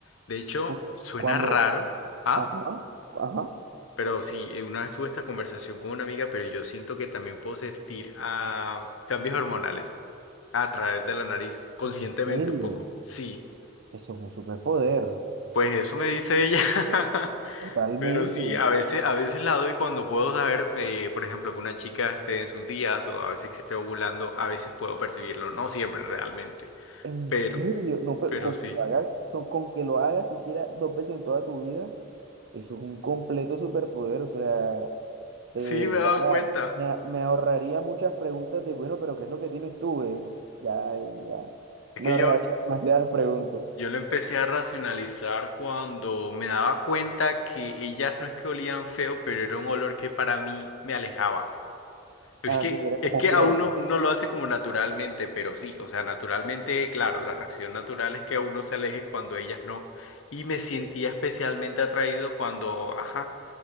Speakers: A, on the left; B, on the right.
A: De hecho,
B: Cu-
A: suena
B: Cuando,
A: raro, ¿ah?
B: ajá, ajá,
A: Pero sí, eh, una vez tuve esta conversación con una amiga, pero yo siento que también puedo sentir ah, cambios hormonales a través de la nariz, conscientemente
B: en serio,
A: un poco. Sí,
B: eso es un superpoder,
A: pues eso me dice ella. <laughs>
B: totalmente.
A: Pero sí, a veces, a veces la doy cuando puedo saber, eh, por ejemplo, que una chica esté en sus días o a veces que esté ovulando, a veces puedo percibirlo, no siempre realmente,
B: En
A: pero,
B: serio, no, pero
A: pero
B: con
A: sí,
B: que lo hagas, son, con que lo hagas siquiera dos veces en toda tu vida, eso es un completo superpoder, o sea, de
A: sí
B: verdad,
A: me he dado cuenta.
B: me, a- me ahorraría muchas preguntas de, bueno, pero ¿qué es lo que tienes tú, eh? Ya, ya,
A: Es
B: me
A: que
B: ahorraría
A: yo,
B: demasiadas preguntas.
A: yo lo empecé a racionalizar cuando me daba cuenta que ellas no es que olían feo, pero era un olor que para mí me alejaba. Es
B: Ah,
A: que,
B: que era como
A: es que
B: fuerte.
A: a uno, uno lo hace como naturalmente, pero sí, o sea, naturalmente, claro, la reacción natural es que a uno se aleje cuando ellas no. Y me sentía especialmente atraído cuando, ajá,